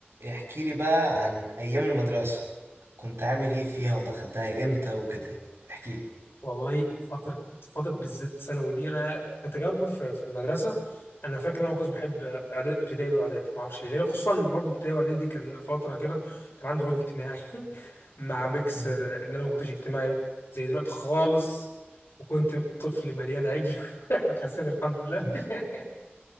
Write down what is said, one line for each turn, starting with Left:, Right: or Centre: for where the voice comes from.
Right: احكي لي بقى عن ايام المدرسة كنت عامل ايه فيها ودخلتها امتى وكده احكي لي
Left: والله فترة فترة بالذات ثانوي دي أنا كتجارب في في المدرسة أنا فاكر إن أنا ما كنتش بحب إعداد- ابتدائي وإعدادي ما أعرفش ليه لأن خصوصا برضو ابتدائي وإعدادي دي كان فترة كده كان عندي رهاب اجتماعي <laughs> مع ميكس
Right: مم.
Left: آه، إن أنا ما كنتش اجتماعي زي دلوقتي خالص وكنت طفل مليان عجل <laughs> أنا حسيت الحمد لله
Right: <laughs>
Left: <laughs>